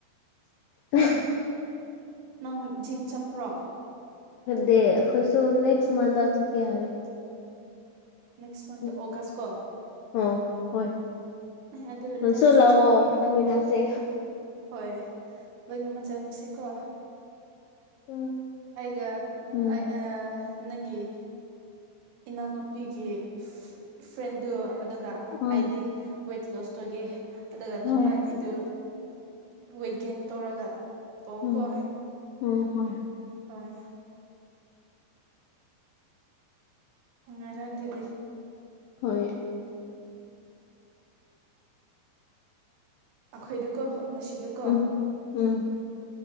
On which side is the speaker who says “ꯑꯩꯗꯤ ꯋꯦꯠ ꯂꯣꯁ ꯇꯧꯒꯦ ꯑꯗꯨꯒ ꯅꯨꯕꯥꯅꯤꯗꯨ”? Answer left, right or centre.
Right